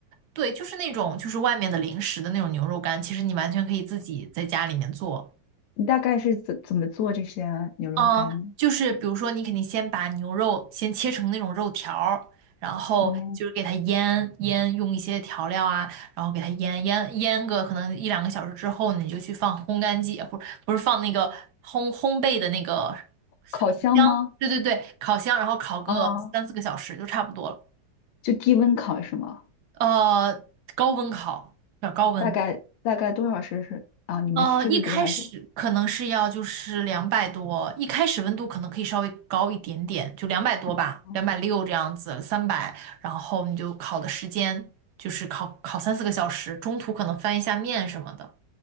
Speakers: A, on the right; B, on the left.
A: 对，就是那种就是外面的零食的那种牛肉干，其实你完全可以自己在家里面做。
B: 你大概是怎怎么做这些牛肉干呢？
A: 嗯，就是比如说你肯定先把牛肉先切成那种肉条儿，然后就是给它腌腌，
B: 哦，
A: 用一些调料啊，然后给它腌腌腌个可能一两个小时之后呢你就去放烘干机，呃不是不是放那个烘烘焙的那个。
B: 烤箱吗？
A: 香，对对对，烤箱，然后烤个三四个小时就差不多了。
B: 啊，就低温烤是吗？
A: 呃，高温烤，要高温。
B: 大概大概多少摄氏啊？你们是摄氏度还是？
A: 呃，一开始可能是要就是两百多，一开始温度可能可以稍微高一点点，就两百多吧，
B: 嗯
A: 两百六这样子，三百，然后你就烤的时间就是烤烤三四个小时，中途可能翻一下面什么的。